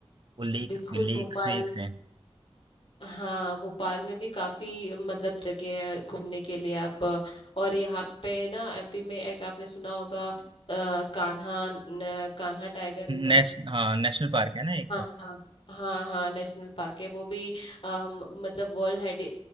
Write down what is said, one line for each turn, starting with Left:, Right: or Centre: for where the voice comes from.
Right: वो लेक
Left: बिल्कुल
Right: लेक्स
Left: भोपाल
Right: वेक्स हैं
Left: हाँ भोपाल में भी काफी मतलब जगह है घूमने के लिए आप और यहाँ पे ना एमपी में एक आपने सुना होगा अ, कान्हा न- कान्हा टाइगर रिजर्व
Right: नेश, हाँ नेशनल पार्क है ना एक
Left: हाँ हाँ हाँ हाँ नेशनल पार्क है वो भी अ, हम मतलब वर्ल्ड